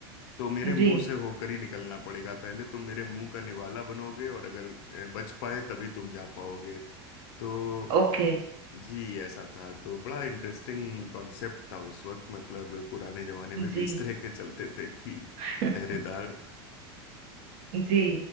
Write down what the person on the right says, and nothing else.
जी
ओके
जी
<laughs>
जी